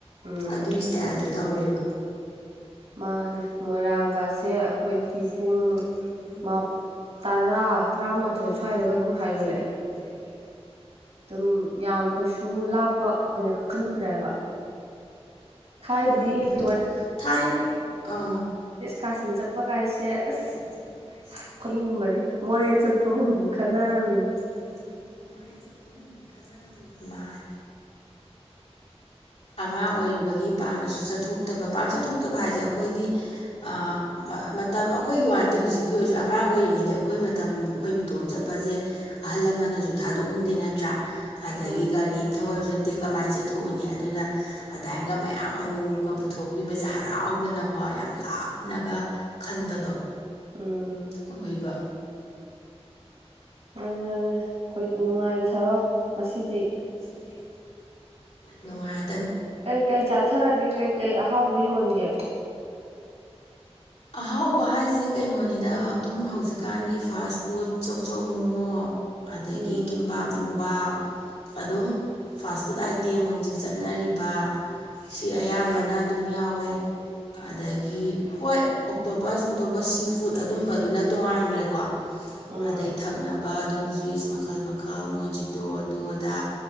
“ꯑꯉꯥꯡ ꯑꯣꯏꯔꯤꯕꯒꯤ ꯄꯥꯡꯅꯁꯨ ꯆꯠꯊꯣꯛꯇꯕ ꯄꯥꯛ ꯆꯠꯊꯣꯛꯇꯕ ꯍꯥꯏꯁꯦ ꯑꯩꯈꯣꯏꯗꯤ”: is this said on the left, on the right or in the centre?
Left